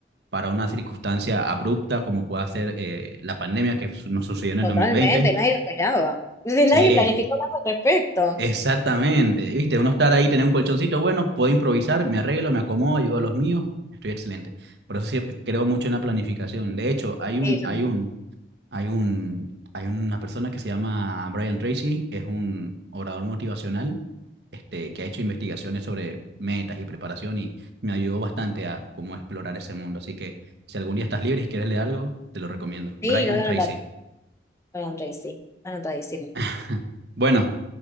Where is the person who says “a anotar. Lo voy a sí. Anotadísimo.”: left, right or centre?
Left